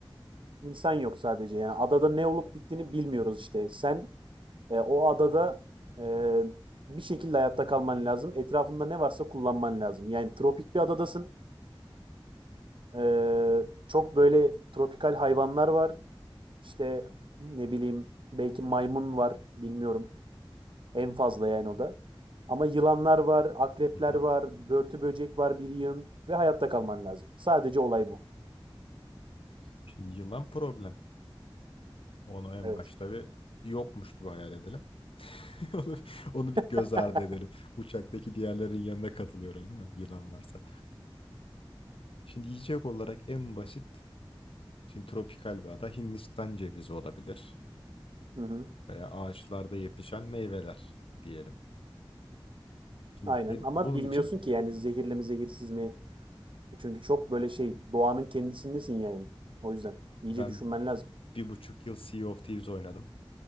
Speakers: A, on the right; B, on the left.
A: insan yok sadece. Yani adada ne olup bittiğini bilmiyoruz işte. Sen e, o adada e, bir şekilde hayatta kalman lazım. Etrafında ne varsa kullanman lazım. Yani tropik bir adadasın. E, çok böyle tropikal hayvanlar var. İşte ne bileyim belki maymun var, bilmiyorum. En fazla yani o da. Ama yılanlar var, akrepler
B: Hı hı.
A: var, börtü böcek var bir yığın ve hayatta kalman lazım. Sadece olay bu.
B: Şimdi yılan problem. Onu en
A: Evet.
B: başta bir yokmuş gibi hayal edelim. <laughs> Onu, onu bir göz
A: <laughs>
B: ardı edelim. Uçaktaki diğerlerin yanına katılıyorum değil mi? Yılan varsa. Şimdi yiyecek olarak en basit, şimdi tropikal bir ada Hindistan cevizi olabilir
A: Hı hı.
B: veya ağaçlarda yetişen meyveler diyelim. Şimdi
A: Aynen
B: ben-
A: ama
B: bunun
A: bilmiyorsun
B: için
A: ki yani zehirli mi zehirsiz mi? E Çünkü çok böyle şey doğanın kendisindesin yani. O yüzden iyice
B: ben
A: düşünmen lazım.
B: bir buçuk yıl Sea of Thieves oynadım.